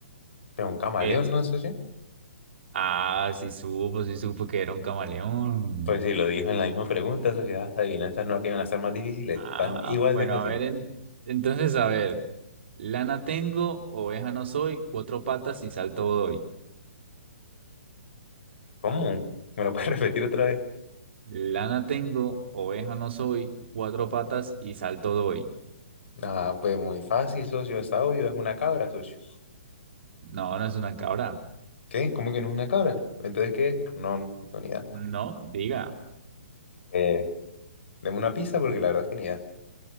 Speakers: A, on the left; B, on the right.
A: Pero un camaleón,
B: ¿Qué es?
A: ¿no, socio?
B: Ah, sí supo, sí supo que era un camaleón.
A: Pues sí, lo dijo en la misma pregunta, socio. Las adivinanzas no que iban a estar más difíciles.
B: Ah,
A: Están igual
B: bueno,
A: de fáciles.
B: a ver, en- entonces, a ver. Lana tengo, oveja no soy, cuatro patas y salto doy.
A: ¿Cómo? ¿Me lo puedes <laughs> repetir otra vez?
B: Lana tengo, oveja no soy, cuatro patas y salto doy.
A: Ah, pues muy fácil, socio. Está obvio. Es una cabra, socio.
B: No, no es una cabra.
A: ¿Qué? ¿Cómo que no es una cabra? Entonces, ¿qué es? No, no tengo ni idea.
B: No, diga.
A: Eh, deme una pizza porque la verdad es que ni idea.